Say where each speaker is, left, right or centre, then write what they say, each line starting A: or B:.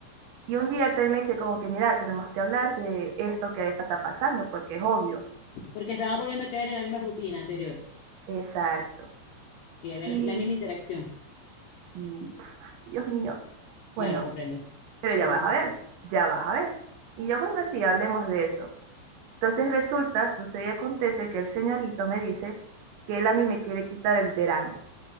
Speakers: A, on the right; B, on the left.
A: Y un día él también me dice como que, mira, tenemos que hablar de esto que está pasando, porque es obvio.
B: Porque estaba volviendo a caer en la misma rutina anterior.
A: Exacto.
B: Y había
A: Y
B: la la misma interacción.
A: sí, <laughs> <sniffs> Dios mío, bueno,
B: Claro, comprendo.
A: pero ya
B: Esa cosa
A: vas a
B: pasa.
A: ver, ya vas a ver. Y yo, bueno, sí, hablemos de eso. Entonces resulta, sucede y acontece que el señorito me dice que él a mí me quiere quitar el verano.